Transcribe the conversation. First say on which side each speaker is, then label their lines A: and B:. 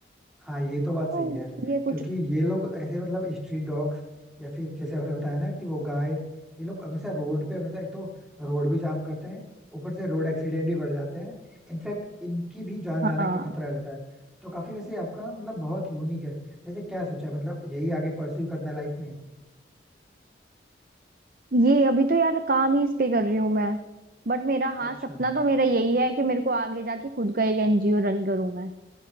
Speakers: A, in the centre; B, on the right (about 50°).
A: हाँ ये तो बात
B: तो
A: सही है यार
B: ये कुछ
A: क्योंकि ये लोग ऐसे मतलब स्ट्रीट डॉग्स या फिर जैसे आपने बताया ना कि वो गाय ये लोग हमेशा रोड पे हमेशा एक तो रोड भी जाम करते हैं ऊपर से रोड एक्सीडेंट भी बढ़ जाते हैं इनफैक्ट इनकी भी जान
B: हाँ
A: जाने के खतरा रहता है तो काफी वैसे आपका ना मतलब बहुत यूनिक है वैसे क्या सोचा है मतलब यही आगे परस्यू करना लाइफ में
B: ये अभी तो यार काम ही इस पे कर रही हूँ मैं बट मेरा हाँ
A: अच्छा
B: सपना तो मेरा यही है कि मेरे को आगे जाके खुद का एक एनजीओ रन करूँ मैं